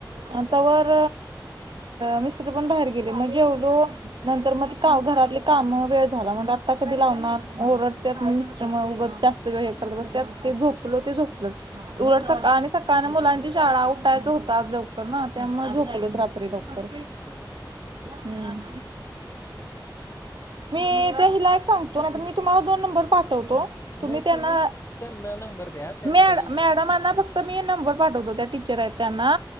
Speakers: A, on the right (about 80°); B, on the left (about 35°).
A: आ त्यावर मिस्त्र पण बाहेर गेले मणजेवलो नंतर मग का घरात कामवर वेळ झाला म्हंतल आता कधी लावणार ओरडत म मिस्टर मग उग जास्त वेळ हे करत बस झोपल ते झोपलं उट सका
B: हम्म
A: आणि सका मुलांची शाळा उठायच होतात लवकर ना त्यामुळे झोकलोच
B: बरोबर बरोबर
A: रात्री लवकर
B: बरोबर बरोबर. हम्म
A: हम् मी त्या हिला यक सांगतो ना तर मी तुम्हाला दोन नंबर पाठवतो तुम्ही
B: नाही
A: त्यांना
B: तुम्हीच त्यांना नंबर द्या त्यांचा
A: मॅड
B: येऊ
A: मॅडमाना
B: दे
A: मी नंबर पाठवतो त्या टीचर आहेत त्यांना